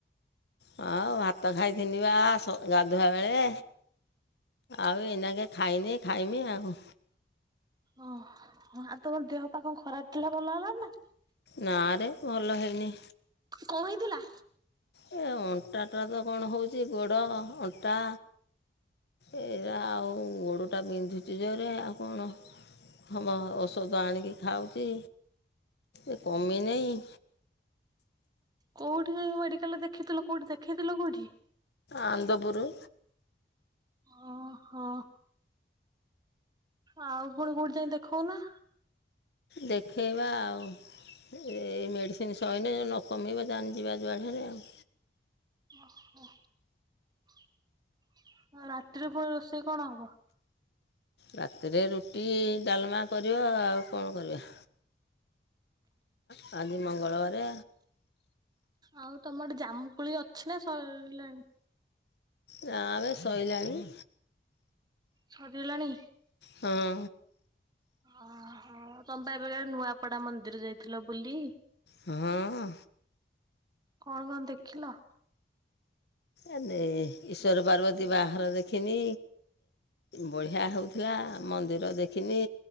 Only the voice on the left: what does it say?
ହଉ ଭାତ ଖାଇଥିନି ବା ଗାଧୁଆ ବେଳେ ଆଉ ଏଇନାକେ ଖାଇନି ଖାଇମି ଆଉ।
ନାରେ ଭଲ ହେଇନି।
ଏ ଅଣ୍ଟାଟା ତ କଣ ହେଉଛି ଗୋଡ଼ ଅଣ୍ଟା ଏରା ଆଉ ଗୋଡ଼ଟା ବିନ୍ଧୁଛି ଜୋରେ ଆଉ କଣ ହମ ଔଷଧ ଆଣିକି ଖାଉଛି ଏ କମି ନାହିଁ
ଆନନ୍ଦପୁର।
ଦେଖେଇବା ଆଉ। ଏଇ ମେଡ଼ିସିନ ସହିନେ ନ କମିବ ଜାନେ ଯିବା ଯୁଆଡେ ହେଲେ ଆଉ।
ରାତିରେ ରୁଟି, ଡାଲମା କରିବା ଆଉ କଣ କରିବା। କାଲି ମଙ୍ଗଳବାରେ
ନାବେ ସଇଲାଣି।
ହଁ
ହଁ।
ଏନେ ଈଶ୍ୱର ପାର୍ବତୀ ବାହାଘର ଦେଖିନି। ବଢିଆ ହଉଥିଲା। ମନ୍ଦିର ଦେଖିନି,